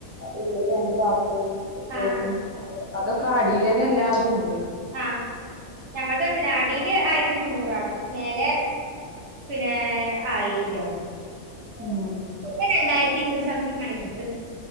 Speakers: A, on the right; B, on the right.
A: ഉള്ളിൽ രണ്ട് ബാത്ത്റൂമും സിറ്റോട്ടും
B: ആ ആ
A: അതൊക്കെ അടില്ലന്നെ എല്ലാതും ഉണ്ട്
B: ആഹ് ഞങ്ങള്ടെ അടിയില് ആയിരത്തി മുന്നൂറാണ് മേലെ- പിന്നെ ആയിരോ
A: ഉം
B: ഒര്ക്ക് രണ്ടായിരത്തി ഇരുന്നൂറ്റ സംതിങ് ആയിട്ടുണ്ട്